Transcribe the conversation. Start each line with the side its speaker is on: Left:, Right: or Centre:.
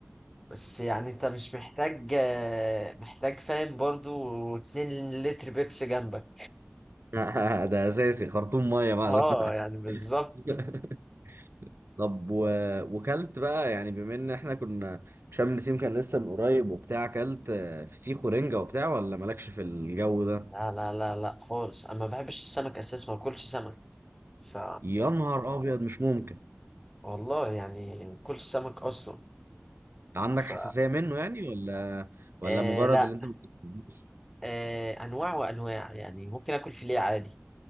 Centre: بس يعني انت مش محتاج آه، محتاج فاهم برضو 2 لتر بيبسي جنبك
Right: <laughs> ده اساسي خرطوم ميه بقى
Centre: اه
Right: ده
Centre: يعني بالظبط
Right: <laughs> طب و... وكلت بقى يعني بما ان احنا كنا شم النسيم كان لسه من قريب وبتاع كلت آه، فسيخ ورنجة وبتاع ولا مالكش في الجو ده
Centre: لا لا لا لا خالص انا ما بحبش السمك اساسا ما باكلش سمك ف
Right: يا نهار ابيض مش ممكن
Centre: والله يعني ما باكلش سمك اصلا
Right: عندك
Centre: ف
Right: حساسية منه يعني ولا ولا
Centre: آه
Right: مجرد
Centre: لا
Right: اللي انت ما بتحبوش؟
Centre: آه انواع وانواع يعني ممكن اكل فيليه عادي